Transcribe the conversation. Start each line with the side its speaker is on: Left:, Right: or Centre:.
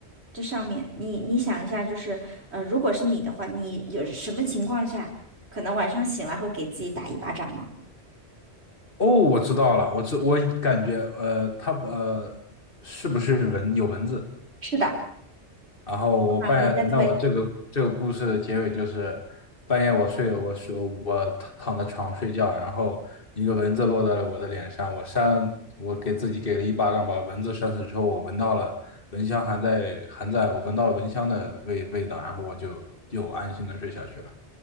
Right: 这上面，你你想一下，就是呃，如果是你的话，你有什么情况下可能晚上醒来会给自己打一巴掌呢？
Left: 哦，我知道了，我知我感觉呃，它呃是不是蚊有蚊子？
Right: 是的，
Left: 然后我半夜，
Right: 啊，你在推，
Left: 那我这个这个故事的结尾就是半夜我睡，我睡我躺躺在床睡觉，然后一个蚊子落在了我的脸上，我扇了，我给自己给了一巴掌，把蚊子扇死之后，我闻到了蚊香还在还在，我闻到了蚊香的味味道，然后我就又安心的睡下去了。